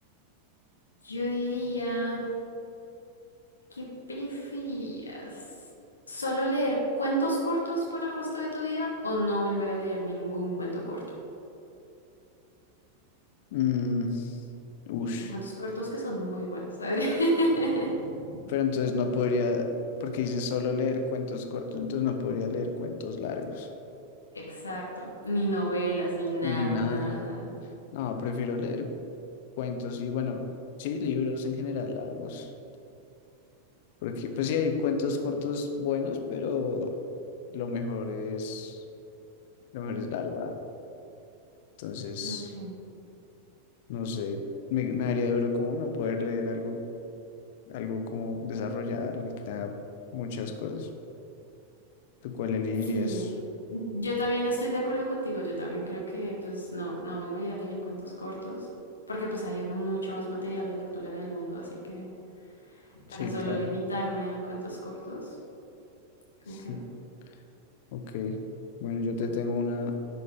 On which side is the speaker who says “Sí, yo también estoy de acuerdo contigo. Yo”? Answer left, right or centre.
Left